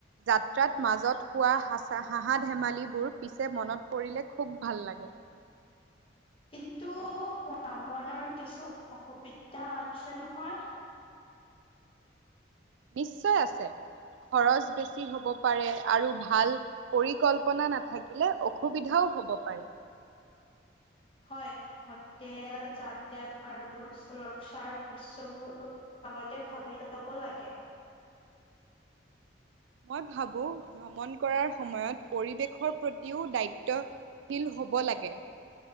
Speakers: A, on the right; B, on the left.
A: যাত্ৰাত মাজত হোৱা হচ হাঁহা ধেমালিবোৰ পিছে মনত পৰিলে খুব ভাল লাগে।
B: কিন্তু ভ্ৰমণৰ কিছু অসুবিধা আছে নহয়?
A: নিশ্চয় আছে, খৰচ বেছি হ'ব পাৰে আৰু ভাল পৰিকল্পনা নাথাকিলে অসুবিধাও হব পাৰে।
B: হয় হোটেল যাতায়াত আৰু সুৰক্ষাৰ বিশ্ছবোৰ আগতে ভাবি ল'ব লাগে।
A: মই ভাবোঁ ভ্ৰমণ কৰাৰ সময়ত পৰিৱেশৰ প্ৰতিও দায়িত্ব- শীল হ'ব লাগে।